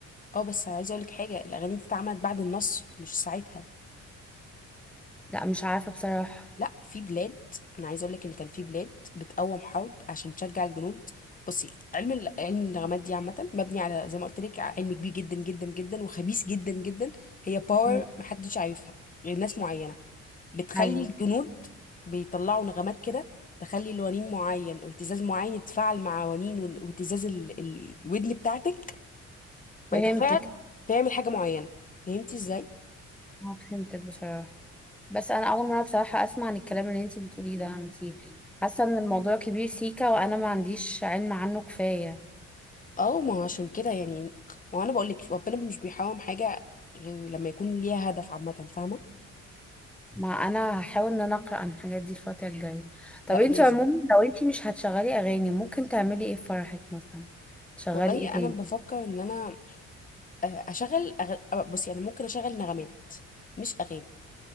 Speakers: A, on the left (about 25°); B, in the centre.
A: اه بس عايزه اقول لك حاجه الاغاني دي اتعملت بعد النصر مش ساعتها
B: لا مش عارفه بصراحه
A: لا في بلاد انا عايزه اقول لك ان كان في بلاد بتقوم حرب عشان تشجع الجنود بصي علم ال- علم النغمات دي عامه مبني على زي ما قلت لك علم كبير جدا جدا جدا وخبيث جدا جدا هي باور
B: مم.
A: محدش عارفها غير ناس معينه بتخلي
B: ايوه
A: الجنود بيطلعوا نغمات كده تخلي لونين معين او اهتزاز معين يتفاعل مع ونين وان- واهتزاز ال- ال- الودن بتاعتك فيتفاعل
B: فهمتك
A: فيعمل حاجه معينه فهمتي ازاي
B: اه فهمتك بصراحه بس انا اول مره بصراحه اسمع عن الكلام اللي انت بتقوليه ده انت حاسه ان الموضوع كبير سيكا وانا ما عنديش علم عنه كفايه
A: اه ما هو عشان كده يعني ما هو انا بقول لك ربنا مش بيحرم حاجه غير لما يكون ليها هدف عامه فاهمه
B: ما انا هحاول ان انا اقرا عن الحاجات دي الفتره الجايه طب
A: لا
B: انت
A: لازم
B: عموما لو انت مش هتشغلي اغاني ممكن تعملي ايه في فرحك مثلا تشغلي
A: والله
B: ايه تاني
A: انا بفكر ان انا آه، اشغل أغل... آه، بص يعني ممكن اشغل نغمات مش اغاني